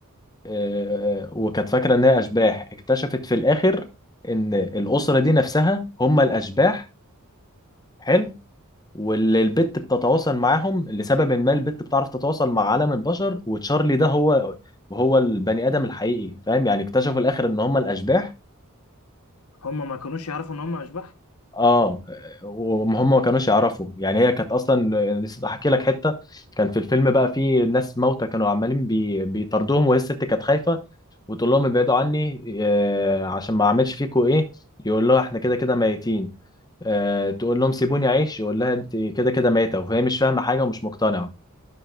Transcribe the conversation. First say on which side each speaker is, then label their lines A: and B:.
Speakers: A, on the left; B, on the left.
A: آه، وكانت فاكرة ان هي اشباح اكتشفت في الاخر ان الاسرة دي نفسها هم الاشباح حلو واللي البت بتتواصل معاهم لسبب ما البت بتعرف تتواصل مع عالم البشر وتشارلي ده هو وهو البني ادم الحقيقي فاهم يعني اكتشفوا في الاخر ان هم الاشباح
B: هما ما كانوش يعرفوا ان هما اشباح
A: اه وهم ما كانوش يعرفوا يعني هي كانت اصلا نسيت احكي لك حته كان في الفيلم بقى في ناس موتى كانوا عمالين بي... بيطاردوهم وهي الست كانت خايفه وتقول لهم ابعدوا عني آه عشان ما اعملش فيكوا ايه يقول لها احنا كده كده ميتين آه تقول لهم سيبوني اعيش يقول لها انت كده كده ميته وهي مش فاهمه حاجه ومش مقتنعه